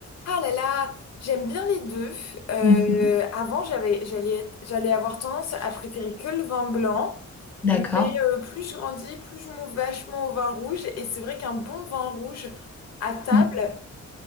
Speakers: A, on the left; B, in the centre.
A: Ah là là, j'aime bien les deux. Euh,
B: Mhm.
A: avant, j'avais, j'allais être- j'allais avoir tendance à préférer que le vin blanc.
B: D'accord.
A: Mais euh, plus je grandis, plus je m'ouvre vachement au vin rouge. Et c'est vrai qu'un bon vin rouge à table,
B: Mmh.